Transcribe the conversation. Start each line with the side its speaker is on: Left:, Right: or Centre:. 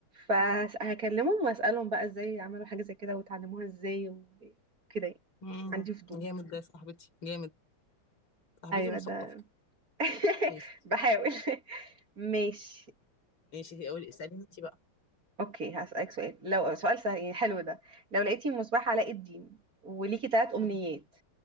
Right: فهكلمهم واسالهم بقى ازاي عملوا حاجة زي كده وتعلموها ازاي وكده يعني.
Left: مم.
Right: عندي فضول
Left: جامد ده يا صاحبتي جامد صاحبتي
Right: ايوه
Left: مثقفة
Right: ده <laughs>
Left: ماشي
Right: بحاول ماشي
Left: ماشي اقول اسأليني انت بقى
Right: اوكي هسألك سؤال لو سؤال سهل يعني حلو ده لو لقيتي مصباح علاء الدين وليكي تلات امنيات
Left: مم.